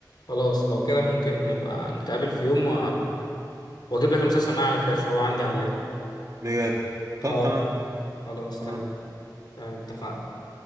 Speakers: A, on the left (about 70°); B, on the right (about 40°).
A: خلاص لو كده ممكن نبقى نتقابل في يوم و... واجيب لك المسلسل معايا على فلاش هو عندي على اللاب
B: بجد طب
A: اه
B: تمام
A: خلاص
B: تمام
A: تمام تمام اتفقنا